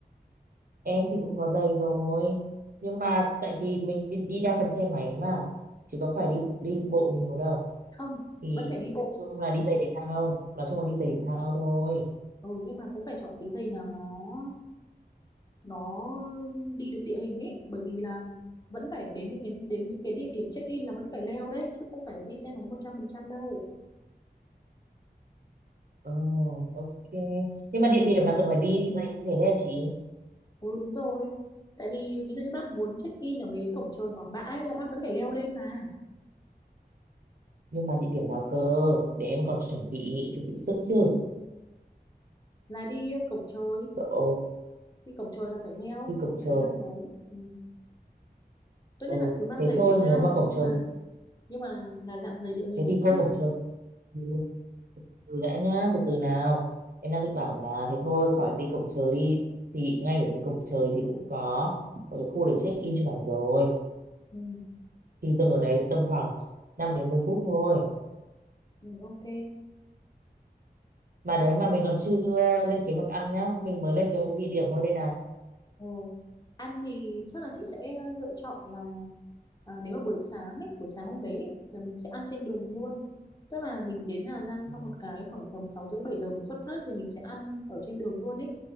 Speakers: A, on the right; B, on the left.
A: em thì cũng có giày rồi. Nhưng mà tại vì mình đi, đi đa phần xe máy mà, chứ có phải đi đi bộ nhiều đâu.
B: không
A: Thì
B: vẫn phải đi bộ
A: nói chung là đi giày thể thao, nói chung là đi giày thể thao thôi.
B: ừ nhưng mà cũng phải chọn cái giày nào nó nó đi được địa hình ấy bởi vì là vẫn phải đến những cái đến những cái địa điểm check in là vẫn phải leo đấy chứ không phải là đi xe máy một trăm phần trăm đâu
A: Ờ, ok. Nhưng
B: ừ.
A: mà địa điểm nào cần phải đi giày như thế đấy hả chị?
B: ừ đúng rồi tại vì ví dụ như bác muốn check in ở mấy cái cổng trời Quảng Bạ ấy, là bác vẫn phải leo lên mà
A: Nhưng mà địa điểm nào cơ? Để em còn chuẩn bị, chuẩn bị sức chứ.
B: là đi cổng trời
A: Ồ,
B: đi cổng trời là phải leo
A: đi cổng trời.
B: phải leo đấy ừ. tốt
A: Ờ,
B: nhất là cứ mang
A: thế
B: giày
A: thôi,
B: thể thao
A: nếu mà cổng
B: nhưng
A: trời,
B: mà nhưng mà là dạng giày địa hình
A: thế thì thôi
B: nhá
A: cổng trời. Ừ, từ đã nhá từ từ nào em đang định bảo là thế thôi khỏi đi cổng trời đi thì ngay ở dưới cổng trời thì cũng có một cái khu để check in chụp ảnh rồi
B: ừ.
A: thì dừng ở đấy tầm khoảng 5 đến 10 phút thôi
B: Ừ, ok
A: mà đấy mà mình còn chưa lên kế hoạch ăn nhá mình mới lên kế hoạch địa điểm thôi đây nè
B: Ừ. Ăn thì chắc là chị sẽ lựa chọn là à, nếu mà buổi sáng ấy, buổi sáng hôm đấy ấy, là mình sẽ ăn trên đường luôn. Tức là mình đến Hà Giang
A: ừ,
B: xong một cái khoảng tầm 6 rưỡi 7 giờ mình xuất phát thì mình sẽ ăn ở trên đường luôn ấy.